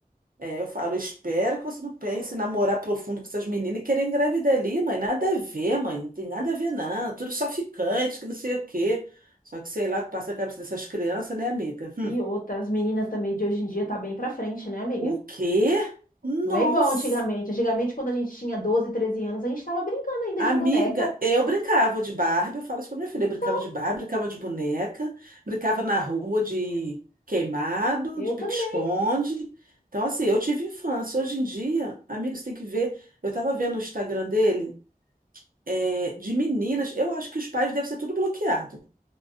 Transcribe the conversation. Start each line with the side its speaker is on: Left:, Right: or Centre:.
Right: É, eu falo, espero que você não pense em namorar profundo com essas meninas e querer engravidar ali, mãe. Nada a ver, mãe. Não tem nada a ver, não. Tudo só ficante, que não sei o quê. Só que sei lá o que passa na cabeça dessas crianças, né, amiga? Hum.
Left: E outras meninas também de hoje em dia tá bem pra frente, né, amiga?
Right: O quê? Nossa.
Left: Não é igual antigamente. Antigamente, quando a gente tinha 12 13 anos, a gente tava brincando ainda
Right: Amiga,
Left: de boneca.
Right: eu brincava de Barbie, eu falo isso pra minha filha,
Left: Então,
Right: eu brincava de Barbie, brincava de boneca, brincava na rua de queimado,
Left: eu
Right: de
Left: também.
Right: pique-esconde. Então, assim, eu tive infância. Hoje em dia, amigos, tem que ver. Eu tava vendo o Instagram dele, é, de meninas. Eu acho que os pais devem ser tudo bloqueados.